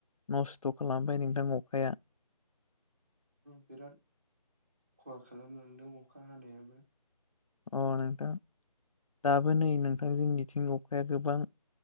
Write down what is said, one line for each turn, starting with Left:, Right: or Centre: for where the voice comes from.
Left: नस्थ' खालामबाय नोंथां अखाया
Right: बिराद खहा खालामलांदों अखा हानायाबो
Left: अ नोंथां दाबो नै नोंथांजों मिथिंगखाया गोबां